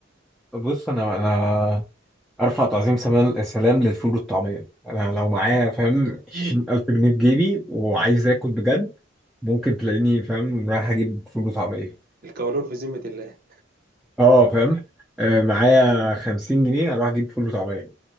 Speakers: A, in the centre; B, on the right.
A: بص أنا أنا أرفع تعظيم سلام سلام للفول والطعمية أنا لو معايا فاهم
B: <laughs>
A: 20000 جنيه في جيبي وعايز آكل بجد ممكن تلاقيني فاهم رايح أجيب فول وطعمية
B: الكولون في ذمة الله
A: اه فاهم آه، معايا 50 جنيه هروح اجيب فول وطعميه